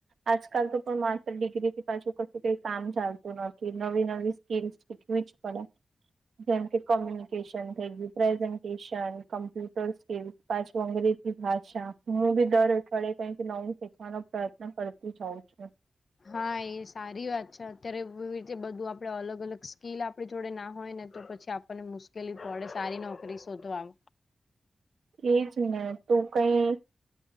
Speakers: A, on the right; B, on the left.
A: આજકાલ તો પણ માત્ર ડિગ્રી થી પાછું કશું કઈ કામ ચાલતું નથી નવી નવી સ્કીમ શીખવી <inaudible> જેમ કે કોમ્યુનિકેશન થઈ ગયું પ્રેઝન્ટેશન કમ્પ્યુટર સ્કીલ પાછ અંગ્રેજી ભાષા મુું બી દર અઠળે ક નઉ શ ો પ્રયત્ન કરતી જઉં છું
B: હા એ સારી વાત છે અત્યારે એવી રીતે બધું આપડે અલગ અલગ સ્કીલ આપ આપડી જોડે ના હોય ને તો પછી આપણને મુશ્કેલી પડે સારી નોકરી શોધો આવે
A: એ જ ને તું કઈ